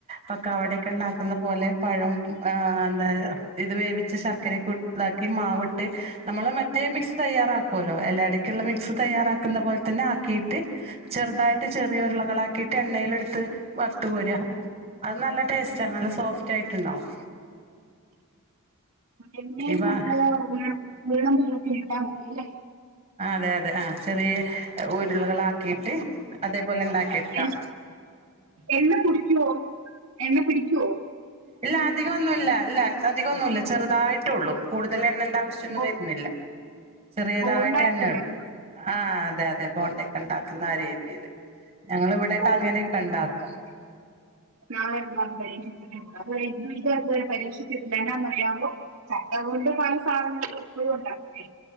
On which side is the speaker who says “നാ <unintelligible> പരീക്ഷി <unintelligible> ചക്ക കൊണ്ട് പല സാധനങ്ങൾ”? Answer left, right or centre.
Right